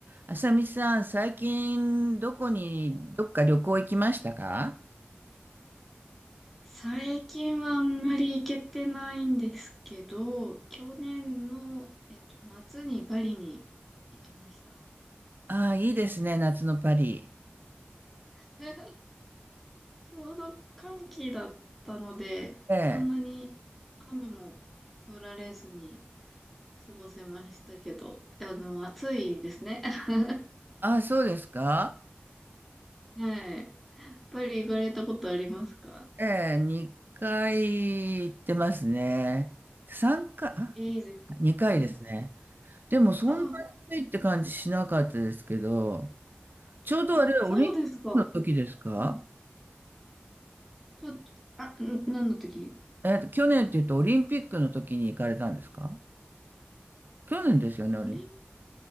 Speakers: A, on the right; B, in the centre.
A: あさみさん、最近どこに、どっか旅行行きましたか
B: 最近はあんまり行けてないんですけど、去年の、えっと、夏にパリに行きました。
A: ああ、いいですね、夏のパリ。
B: <laughs> ちょうど寒気だったので、
A: ええ。
B: そんなに雨も降られずに過ごせましたけど、いや、でも暑いですね。<laughs>
A: ああ、そうですか
B: はい。パリ行かれたことありますか
A: ええ、2回行ってますね。3回、あ、
B: いいです。
A: 2回ですね。
B: うん。
A: でもそんなに暑いって感じしなかったですけど、
B: あ
A: ちょうどあれ、
B: あ、あ、そうですか。
A: オリンピックの時ですか
B: うん。ちょ、あ、ん、何の時
A: えっと、去年って言うとオリンピックの時に行かれたんですか去年ですよね、
B: オリン、
A: オリン
B: ん